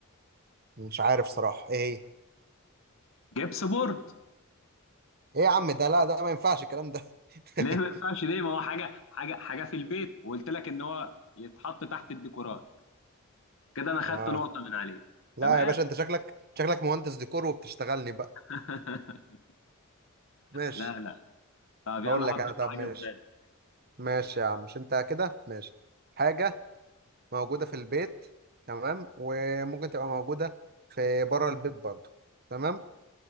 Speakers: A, on the right; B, on the left.
A: مش عارف صراحة إيه
B: جبس بورد
A: هي إيه يا عم ده لا ده ما ينفعش الكلام ده
B: ليه
A: <laughs>
B: ما ينفعش ليه ما هو حاجه حاجه حاجه في البيت وقلت لك ان هو يتحط تحت الديكورات كده انا خدت
A: آه
B: نقطه من عليه
A: لا
B: تمام
A: يا باشا أنت شكلك شكلك مهندس ديكور وبتشتغلني بقى
B: <laughs>
A: ماشي
B: لا لا طب يلا
A: هقول
B: حط
A: لك أنا
B: انت
A: طب
B: حاجه
A: ماشي
B: في بالك
A: ماشي يا عم مش أنت كده ماشي حاجة موجودة في البيت تمام وممكن تبقى موجودة في بره البيت برضه تمام